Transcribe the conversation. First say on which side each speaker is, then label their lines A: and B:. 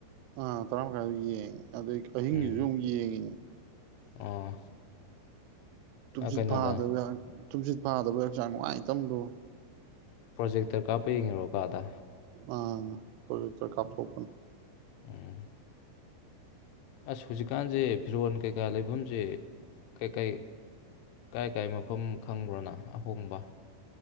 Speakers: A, on the right (about 85°); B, on the left (about 85°).
A: ꯑꯥ ꯇꯔꯥ ꯃꯈꯥꯏꯗ ꯌꯦꯡꯉꯦ ꯑꯗꯩ ꯑꯍꯤꯡꯒꯤꯁꯨ
B: ꯎꯝ
A: ꯑꯃꯨꯛ ꯌꯦꯡꯉꯤꯅꯦ
B: ꯑꯣ
A: ꯇꯨꯝꯁꯤꯠ
B: ꯀꯩꯅꯣꯗ
A: ꯐꯥꯗꯕ ꯇꯨꯝꯁꯤꯠ ꯐꯥꯗꯕ ꯍꯛꯆꯥꯡ ꯅꯨꯡꯉꯥꯏ ꯇꯝ ꯂꯣꯏ
B: ꯄ꯭ꯔꯣꯖꯦꯛꯇꯔ ꯀꯥꯞꯄ ꯌꯦꯡꯉꯤꯔꯣ ꯀꯥꯗ
A: ꯑꯥ ꯄ ꯏꯇꯔ ꯀꯥꯊꯣꯛꯄ
B: ꯎꯝ ꯑꯁ ꯍꯧꯖꯤꯛꯀꯥꯟꯁꯦ ꯐꯤꯔꯣꯟ ꯀꯩꯀꯥ ꯂꯩꯐꯝꯁꯦ ꯀꯩꯀꯩ ꯀꯥꯏ ꯀꯥꯏ ꯃꯐꯝ ꯈꯪꯕ꯭ꯔꯣꯅ ꯑꯍꯣꯡꯕ